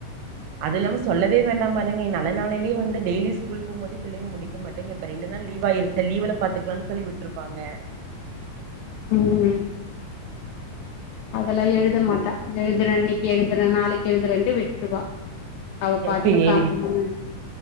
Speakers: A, on the right; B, on the left.
A: அது இல்லாம சொல்லவே வேண்டாம்ப ஏன்ன நீ நல்ல நாளேலே வந்து டெய்லி ஸ்கூல் போம் போதே பிள்ளைங்க முடிக்க மாட்டிங்க இப்ப ரண்டு நாள் லீவ் ஆ இருக் ல லீவுல பாத்துக்கலான் சொல்லி விட்டுருப்பாங்க
B: ம் அதெல்லா
A: சேரிங்க
B: எழுத மாட்டா எழுதுரன்னி எழுதுற‌ நாளைக்கு எதுறன்ட்டு விட்ருவா அவ பாட்டுக்கு
A: சேரி
B: கம்முனு